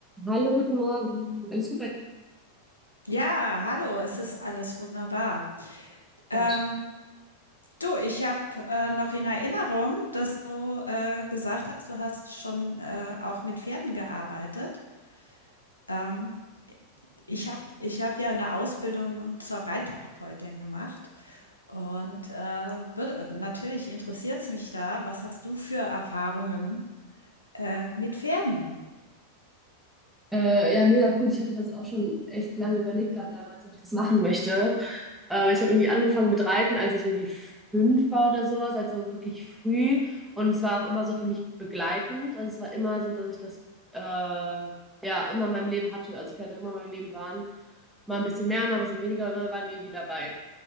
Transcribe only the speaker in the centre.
Hallo, guten Morgen. Alles
gut.
Äh, ja, mega cool. Ich hatte das auch schon echt lange überlegt gehabt damals, ob ich das machen möchte. Ähm, ich habe irgendwie angefangen mit Reiten, als ich irgendwie fünf war oder sowas, also wirklich früh. Und es war auch immer so für mich begleitend. Also es war immer so, dass ich das äh, ja immer in meinem Leben hatte. Also Pferde immer in meinem Leben waren. Mal ein bisschen mehr, mal ein bisschen weniger, aber immer waren die irgendwie dabei.